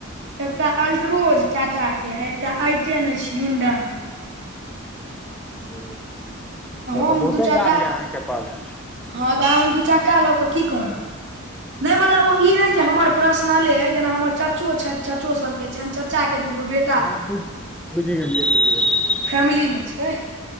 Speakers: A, on the right (about 60°); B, in the centre.
A: एकटा अल्ट्रोज टाटा के एकटा आइटेन ऐछ यूंडाई।
B: तहन तऽ
A: हम
B: बहुते
A: दू चक्का
B: गाड़ी या आहाँके पास-
A: हँ तऽ आब हम दू चक्का लऽ के की करब नै मतलब ओ ई नै जे हमर- प्रसनले जना हमर चचो छैथ, चचो सबके छैन, चच्चा के दूगो बे
B: हां बुझ, बुझ गेलियै, बुझ गेलियै।
A: फैमली मे छै।